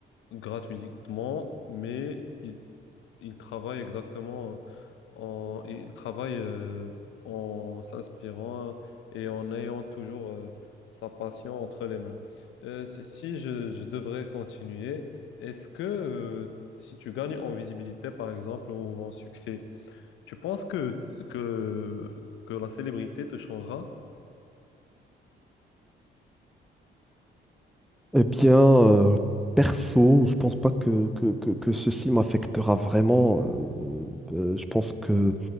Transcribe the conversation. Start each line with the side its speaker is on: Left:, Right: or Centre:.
Left: gratuitement, mais il, il travaille exactement en, il travaille euh, en s'inspirant et en ayant toujours euh, sa passion entre les mains. Euh, si si je, je devrais continuer, est-ce que euh, si tu gagnes en visibilité, par exemple, ou en succès, tu penses que, que, que la célébrité te changera?
Centre: Eh bien, euh, perso, je pense pas que, que, que, que ceci m'affectera vraiment. Euh, euh, je pense que